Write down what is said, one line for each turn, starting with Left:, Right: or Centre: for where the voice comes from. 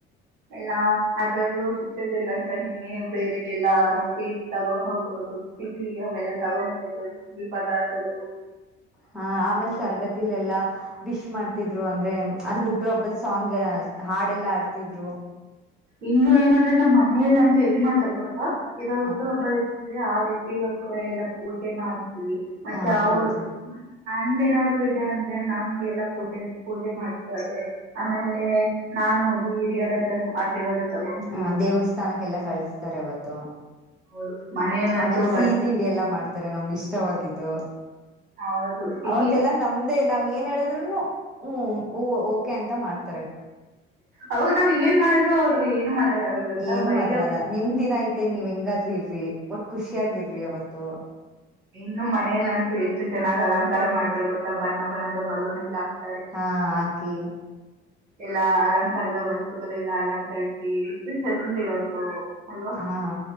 Right: ಎಲ್ಲ ಅದ್ರಲ್ಲೂ ಶಿಕ್ಷಕರು ಅಂತಾನೇ ಬೇರೆ ಎಲ್ಲಾ ಸ್ವೀಟ್ ತಗೊಂಡ್ ಹೋಗೋದು ಸಿಹಿ ಅವೆಲ್ಲ ತಗೊಂಡ್ ಹೋಗೋದು ಸಿಲಹಿ ಪದಾರ್ಥಗಳು
Centre: ಹಾ ಆಮೇಲೆ ತರಳಳಎಲ್ಲಾ ವಿಶ್ ಮಾಡ್ತಿದ್ರು ಅಂದ್ರೆ ಅದ್ ಹುಟ್ಟು ಹಬ್ಬದ ಸಾಂಗ್ ಹಾಡ್ ಎಲ್ಲಾ ಆಡ್ತಿದ್ರು
Right: ಇನ್ನು ಏನಂದ್ರೆ ನಮ್ ಮನಲ್ಲ ಅಂತ ಹೆಂಗ ಮಾಡ್ತಾರೆ ಗೊ ಇವಾಗ ಹುಟ್ಟು
Centre: ಹ
Right: ಹಬ್ಬ ಅಂದೆ ಆ ವ್ಯಕ್ತಿಗೋಸ್ಕರ ಎಲ್ಲಾ ಪೂಜೆ ಮಾಡ್ ಮತ್ತೆ
Centre: ಹ
Right: ಅರ್.
Centre: ಪೂಜೆ
Right: ನಮ ಏನಾದ್ರು ಇದೆ ಅಂದ್ರೆ ನಮ್ಗೆಲ್ಲಾ ಪೂಜೆ ಪೂಜೆ ಮಾಡ್ತಾರೆ ಆಮೇಲೆ ನಾ ಹೋಗಿ ಹಿರಿಯರ ಹತ್ರ ಆಶೀರ್ವಾದ ತಗೊತೀನಿ
Centre: ಹ ದೇವಸ್ಥಾನಕ್ಕೆಲ್ಲ ಕಳ್ಸ್ತಾರೆ ಅವವತ್ತು
Right: ಹೌದು ಮನೆಯಲ್ಲಂತೂ
Centre: ಆಮೇಲೆ ಸಿಹಿ
Right: ಬಣ್ಣ
Centre: ತಿಂಡಿ ಎಲ್ಲಾ ಮಾಡ್ತಾರೆ ನಮ್ಗೆ ಇಷ್ಟವಾಗಿದ್ದು
Right: ಹೌದು ಸಿಹಿ
Centre: ಅವತ್ತೆಲ್ಲ ನಮ್ದೇ ನಾವ್ ಏನ್ ಹೇಳಿದ್ರುನು ಹ್ಮ್ ಹೂ ಓಕೆ ಅಂತ ಮಾಡ್
Right: ಅವಾಗ್ ನಾವ್ ಏನ್ ಮಾಡರು. ಏನು ಮಾತಾಡಲ್ಲ ಗೊತ್ತಾ
Centre: ಏನು
Right: ಬೈಯೋ
Centre: ಮಾತಾಡಲ್ಲ ನಿಮ್ ದಿನ ಐತೆೇನ್ ನೀವ್ ಹೆಂಗಾದ್ರರು ಇರ್ರಿ ಖುಷಿಯಾಗಿರ್ ಅವತ್ತು
Right: ಇನ್ನು ಮನೇಲ್ಲಂತು ಎಷ್ಟು ಚೆನ್ನಾಗ್ ಅಲಂಕಾರ ಮಾಡ್ತಾರೆ ಗೊತ್ತಾ ಬಣ್ಣ ಬಣ್ಣದ ಬಲೂನ್ಗಳತ
Centre: ಹಾ ಹಾಕಿ
Right: ಎಲ್ಲಾ ಅಲಂಕಾರದ ವಸ್ತುಗಳೆಲ್ಲಾ ಅಲಂಕರಿಸಿ ಎಷ್ಟು ಚಂದ ಇರತ್ತೋ ಅಲ್ವಾ.
Centre: ಹಾ